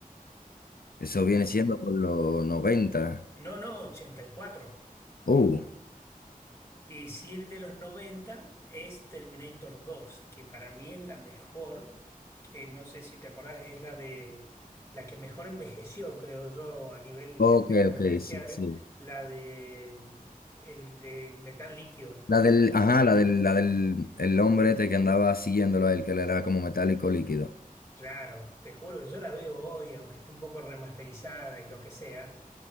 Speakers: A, on the left (about 80°); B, on the left (about 20°).
A: Eso
B: Imagino.
A: viene siendo por los noventa,
B: No, no, ochenta Y cuatro.
A: Uh,
B: Y si es de los 90 es Terminator dos, que para mí es la mejor, que no sé si te acordás, es la de la que mejor envejeció, creo yo, a nivel
A: ok,
B: de efectos
A: ok,
B: especiales,
A: sí, sí.
B: la de mm, el de metal líquido,
A: La
B: que
A: del,
B: siempre
A: ajá, la del, la del el hombre este que andaba siguiéndolo a él, que le era como metálico líquido.
B: Claro, te juro que yo la veo hoy, aunque esté un poco remasterizada y lo que sea.